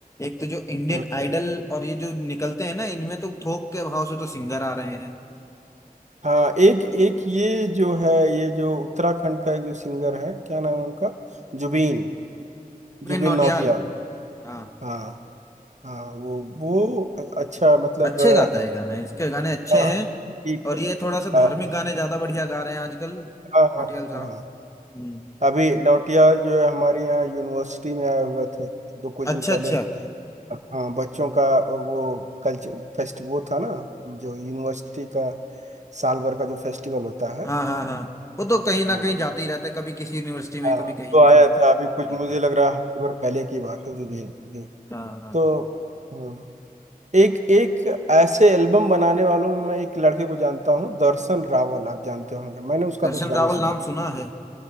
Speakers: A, on the left; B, on the right.
A: एक तो जो इंडियन
B: हाँ
A: आइडल और ये जो निकलते हैं ना इनमें तो थोक के भाव से तो सिंगर आ रहे हैं
B: हाँ, एक एक ये जो है ये जो उत्तराखंड का एक जो सिंगर है क्या नाम है उनका जुबीन
A: उपेन
B: जुबीन
A: नौटियाल
B: नौटियाल
A: हाँ
B: हाँ हाँ वो वो अ- अच्छा मतलब
A: अच्छे
B: अ,
A: गाता है गाना इसके गाने अच्छे
B: हाँ
A: हैं
B: ठीक
A: और ये थोड़ा सा
B: है
A: धार्मिक गाने ज्यादा बढ़िया गा रहे हैं आजकल
B: हाँ हाँ
A: भाटियाल साहब
B: हाँ हाँ।
A: हम्म
B: अभी नौटियाल जो है हमारे यहाँ यूनिवर्सिटी में आए हुए थे दो कुछ दिन
A: अच्छा अच्छा
B: पहले हाँ बच्चों का वो कल्चर फेस्ट वो था ना जो यूनिवर्सिटी का साल भर का जो फेस्टिवल होता है
A: हाँ हाँ हाँ वो तो कहीं ना
B: हाँ
A: कहीं जाते ही रहते कभी किसी यूनिवर्सिटी में
B: हाँ
A: कभी कहीं
B: तो
A: किसी
B: आया
A: में
B: था अभी कुछ
A: जाते
B: मुझे
A: रहते
B: लग रहा है हफ्ते भर पहले की बात है जी जी जी।
A: हाँ हाँ
B: तो हाँ एक एक ऐसे एल्बम बनाने वालों में एक लड़के को जानता हूँ दर्शन रावल आप जानते होंगे मैंने उसका
A: दर्शन
B: कुछ गाना
A: रावल
B: सुना
A: नाम सुना है